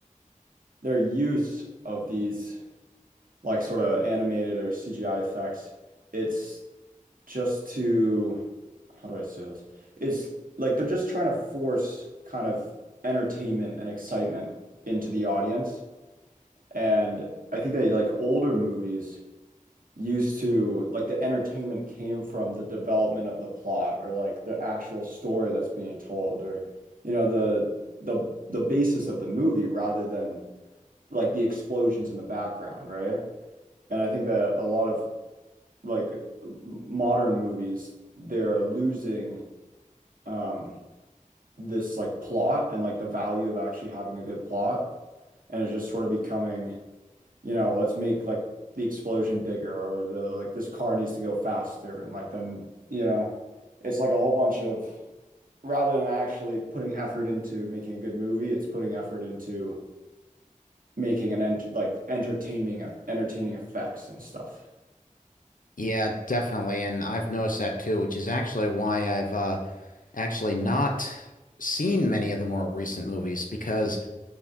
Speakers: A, on the right (about 80°); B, on the left (about 75°).
A: their use of these like sort of animated or CGI effects, it's just to how do I say this? It's like they're just trying to force kind of entertainment and excitement into the audience. And I think that like older movies used to like the entertainment came from the development of the plot or like the actual story that's being told or you know the the the basis of the movie rather than like the explosions in the background, right? And I think that a lot of like modern movies they're losing um this like plot and like the value of actually having a good plot and it's just sort of becoming you know, let's make like the explosion bigger or the like this car needs to go faster and like then, you know, it's like a whole bunch of rather than actually putting effort into making a good movie, it's putting effort into making an ent like entertaining uh, entertaining effects and stuff.
B: Yeah, definitely. And I've noticed that too, which is actually why I've uh, actually not seen many of the more recent movies because